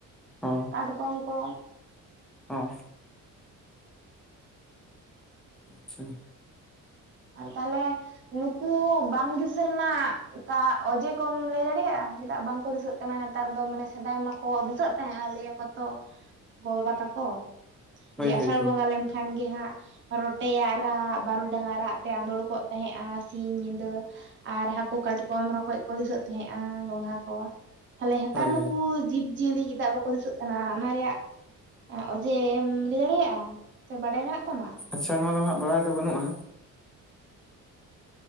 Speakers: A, in the centre; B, on the right (about 35°).
A: ᱚ
B: ᱠᱟᱴᱠᱚᱢ ᱠᱚ᱾
A: ᱚ ᱟᱪᱪᱷᱟ
B: ᱛᱟᱦᱚᱞᱮᱼᱼ ᱱᱩᱠᱩ ᱵᱟᱝ ᱫᱤᱥᱟᱹ ᱨᱮᱱᱟᱜ ᱠᱟ ᱚᱡᱮ ᱠᱚᱢ ᱞᱟᱹᱭ ᱫᱟᱲᱮᱭᱟᱜᱼᱟ ᱪᱮᱫᱟᱜ ᱵᱟᱝᱠᱚ ᱫᱤᱥᱟᱹᱜ ᱠᱟᱱᱟ? ᱠᱟᱱᱟ ᱱᱮᱛᱟᱨ ᱫᱚ ᱢᱟᱱᱮ ᱥᱮᱫᱟᱭ ᱢᱟᱠᱚ ᱫᱤᱥᱟᱹᱜ ᱛᱟᱦᱮᱸᱜᱼᱟ ᱞᱟᱹᱭᱟᱠᱚ ᱛᱚ ᱜᱚ ᱵᱟᱵᱟ ᱛᱟᱠᱚ᱾
A: ᱦᱳᱭ
B: ᱡᱮ ᱟᱥᱟᱲ
A: ᱦᱳᱭ ᱦᱳᱭ
B: ᱵᱚᱸᱜᱟ ᱞᱮᱱᱠᱷᱟᱱ ᱜᱮ ᱦᱟᱸᱜ ᱨᱚᱴᱮᱭᱟᱜ ᱨᱟᱜ ᱵᱟᱹᱨᱩᱰᱟᱝ ᱟᱜ ᱨᱟᱜᱼᱼ ᱛᱮ ᱟᱸᱫᱳᱲ ᱠᱚᱜ ᱛᱟᱦᱮᱸᱜᱼᱟ ᱥᱤᱧ ᱧᱤᱫᱟᱹ᱾ ᱟᱨ ᱦᱟᱹᱠᱩ ᱠᱟᱴᱠᱚᱢ ᱨᱚᱠᱚᱡ ᱠᱚ ᱫᱤᱥᱟᱹᱜ ᱛᱟᱦᱮᱸᱫᱼᱟ ᱜᱚᱸᱜᱷᱟ ᱠᱚ᱾ ᱛᱟᱦᱚᱞᱮ ᱦᱮᱛᱟᱨ
A: ᱦᱳᱭ
B: ᱱᱩᱠᱩ
A: ᱦᱳᱭ
B: ᱡᱤᱵᱽᱼᱡᱤᱭᱟᱹᱞᱤ ᱪᱮᱫᱟᱜ ᱵᱟᱠᱚ ᱫᱤᱥᱟᱹᱜ ᱠᱟᱱᱟ ᱚᱱᱟ ᱨᱮᱭᱟᱜᱼᱼ ᱚᱡᱮᱢ ᱞᱟᱹᱭ ᱫᱟᱲᱮᱭᱟᱜᱼᱟ ᱥᱮ ᱵᱟᱰᱟᱭ ᱢᱮᱱᱟᱜ ᱛᱟᱢᱟ?
A: ᱟᱪᱪᱷᱟ ᱱᱚᱣᱟ ᱫᱚ ᱦᱟᱸᱜ ᱵᱟᱲᱟᱭ ᱫᱚ ᱵᱟᱹᱱᱩᱜᱼᱟ᱾